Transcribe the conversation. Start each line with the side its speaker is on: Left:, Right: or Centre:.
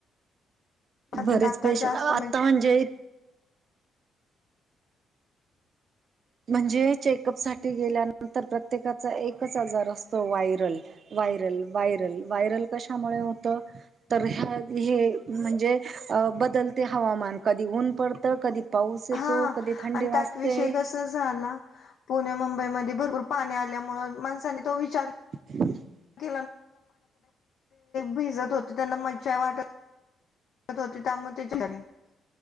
Right: बरेच
Left: आता आता
Right: पेशंट
Left: जास्त
Right: आता म्हणजे, म्हणजे चेकअप साठी गेल्यानंतर, प्रत्येकाचा एकच आजार असतो व्हायरल. व्हायरल व्हायरल व्हायरल कशामुळं होतं. तर ह्या हे म्हणजे अ.. बदलते हवामान. कधी ऊन पडतं कधी, पाऊस येतो,
Left: हा
Right: कधी थंडी
Left: आणि त्यात
Right: वाजते.
Left: विषय कसा झाला पुणे मुंबई मध्ये भरपूर पाणी आल्यामुळे, माणसानी तो विचार.
Right: <inaudible>
Left: <unintelligible> भिजत होते त्यांना मज्जा वाटत. <unintelligible>